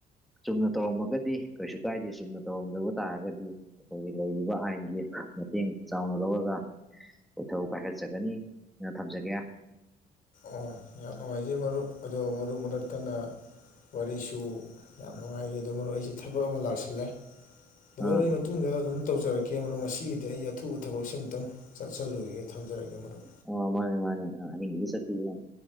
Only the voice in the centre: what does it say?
ꯆꯨꯝꯅ ꯇꯧꯔꯝꯃꯒꯗꯤ ꯀꯩꯁꯨ ꯀꯥꯏꯗꯦ ꯆꯨꯝꯅ ꯇꯧꯔꯝꯗꯕ ꯇꯥꯔꯒꯗꯤ ꯑꯩꯈꯣꯏꯒꯤ ꯂꯩꯔꯤꯕ ꯑꯥꯏꯟꯒꯤ ꯃꯇꯦꯡ ꯆꯥꯎꯅ ꯂꯧꯔꯒ ꯊꯕꯛ ꯄꯥꯏꯈꯠꯆꯒꯅꯤ ꯅ ꯊꯝꯖꯒꯦ
ꯑꯥ
ꯑꯣ ꯃꯥꯅꯦ ꯃꯥꯅꯦ ꯑ ꯑꯍꯤꯡꯖꯤꯗ ꯆꯠꯄꯤꯌꯨ ꯌꯥꯅꯤ